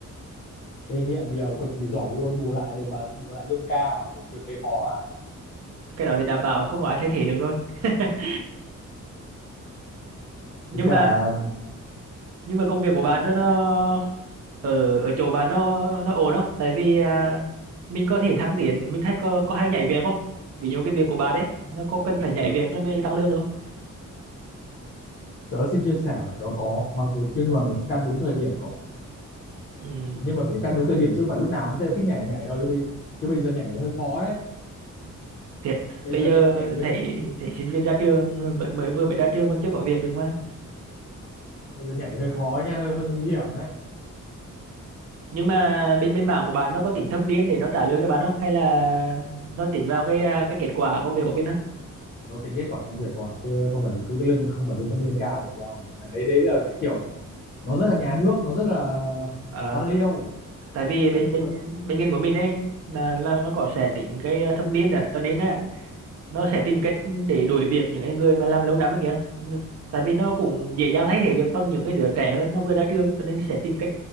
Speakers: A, on the left; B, on the right.
A: kinh nghiệm nhiều cực kỳ giỏi luôn bù lại rồi và bù lại lương cao mà việc đấy khó mà
B: cái đó thì đảm bảo không có ai thay thế được rồi <laughs> nhưng
A: với cả
B: mà nhưng mà công việc của bạn
A: tớ,
B: nó nó ở ở chỗ bạn nó nó ổn không tại vì à, mình có thể thăng tiến mình hay có có hay nhảy việc không ví dụ cái việc của bạn đấy, nó có cần phải nhảy
A: tớ,
B: việc nó mới tăng lương được không
A: tớ xin chia sẻ nó có mặc dù nhưng mà mình phải căn đúng thời điểm có
B: ừ,
A: nhưng mà phải căn đúng thời điểm chứ không phải lúc nào cũng thích nhảy nhảy đâu chứ bây chứ bây giờ nhảy hơi khó đấy
B: thiệt
A: bây
B: bây
A: giờ
B: giờ
A: nhảy nhảy đi
B: thấy thấy sinh viên ra trường mới mới vừa mới ra trường còn chưa có việc được mà
A: bây giờ nhảy hơi khó nha hơi hơi nguy hiểm đấy
B: nhưng mà bên bên mảng của bạn nó có tính thâm niên để nó trả lương cho bạn không hay là nó tính vào cái à, cái kết quả công việc của mình thôi
A: nó tính kết quả công việc không à chứ không phải cứ cái lương không phải cứ thâm niên cao được đâu Mà đấy đấy là cái kiểu nó nó rất là nhà nước nó rất là
B: à,
A: quan liêu
B: tại
A: nó
B: vì
A: không
B: bên
A: không
B: bên
A: có
B: bên ngành của mình ấy là, là nó có sẽ tính cái thâm niên rồi cho nên á nó sẽ tìm cách để đuổi việc những cái người mà làm lâu năm ấy kìa Nó- tại vì nó cũng dễ dàng thay thế được bằng những cái đứa trẻ hơn nó vừa ra trường cho nên sẽ tìm cách